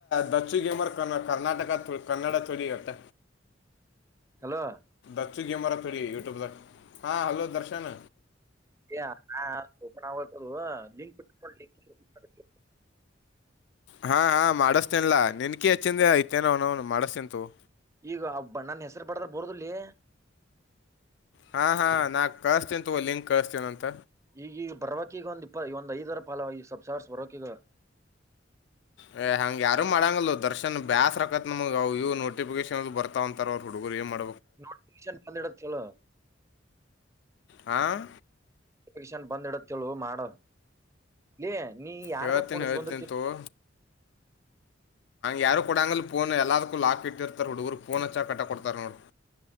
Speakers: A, on the left (about 65°); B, on the right (about 15°).
A: ದಚ್ಚು ಗೇಮರ್ ಕರ್ನಾಟಕ ಕನ್ನಡ ಚರಿಗತ್ತ
B: ಹಲೋ
A: ದಚ್ಚು ಗೇಮರ್ ಯೂಟ್ಯೂಬ್ದ ಹಾ ಹಲೋ ದರ್ಶನ್
B: <unintelligible> <unintelligible>
A: ಹಾ ಹಾ ಮಾಡಿಸ್ತೇನ್ಲ್ ನಿಂಕಿನ ಹೆಚ್ಚನ್ ಐತೇನ <unintelligible> ಮಾಡಿಸ್ತೀನಿ ತಗೋ
B: ಈಗ ಬಣ್ಣನ ಹೆಸರು ಬಡ್ರ ಬರದಲ್ಲಿ
A: ಹಾ ಹಾ ನನ್ ಕಳಸ್ತೇನಿ ತಗೋ ಲಿಂಕ್ ಕಳಸ್ತೇನಿ ಅಂತ
B: ಈಗೀಗ ಬರ್ಬೆಕ್ ಈಗ ಒಂದ್ ಇಪ್ಪ ಒಂದ ಐದರ ಪಾಲ ಈ ಸಬ್ಸ್ಕ್ರೈಬ್ ಬರಕೀಗ
A: ಹೇ ಹಂಗ ಯಾರು ಮಾಡಂಗಲ್ಲ ದರ್ಶನ್ ಬ್ಯಾಸ್ ರಕತ್ ನಮ್ಗವು ಇವ ನೋಟಿಫಿಕೇಶನ್ ಬರ್ತಾವ ಅಂತಾರ ಅವ್ರ ಹುಡುಗರು ಏನ್ ಮಾಡತ
B: ನೋಟಿಫಿಕೇಶನ್ ಬಂದ್ ಇಡು ಅಂತೇಳು
A: ಹಾಂ
B: ನೋಟಿಫಿಕೇಶನ್ ಬಂದ್ ಇದಂತ ಹೇಳು ಮಾಡು ಹೇಯ್ ನೀ ಯಾರ
A: ಹೇಳ್ತೀನಿ
B: ತರ ಪಣ
A: ಹೇಳ್ತೀನಿ
B: ಸುಂದರತ
A: ತಗೋ ಯಾರು ಕೊಡಂಗ ಫೋನ್ ಎಲ್ಲಾದಕ್ಕೂ ಲಾಕ್ ಇಟ್ಟಿರ್ತಾರೆ ನೋಡುಊರು ಫೋನ್ ಹ ಕಟ್ಟ ಕೊಡ್ತಾರೆ ನೋಡು